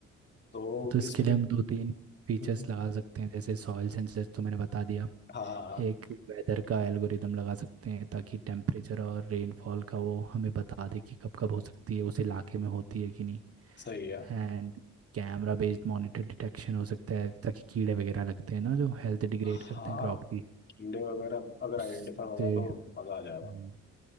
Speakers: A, on the left; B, on the right.
A: तो
B: तो इसके
A: इस
B: लिए
A: पे
B: हम दो तीन फीचर्स
A: हम्म,
B: लगा सकते हैं जैसे सॉइल सेंसस तो मैंने बता दिया
A: हाँ हाँ, हाँ,
B: एक वेदर का एल्गोरिदम लगा सकते हैं ताकि टेम्परेचर और रेनफॉल का वो हमें बता दे कि कब कब हो सकती है उस इलाके में होती है कि नहीं
A: सही है
B: And camera based monitor detection हो सकता है ताकि कीड़े वगैरह लगते हैं ना जो हेल्थ डिग्रेड
A: हाँ
B: करते हैं क्रॉप की
A: कीड़े वगैरह अगर
B: उससे
A: आइडेंटिफाई हो जाए तो मजा आ जाएगा
B: हम्म,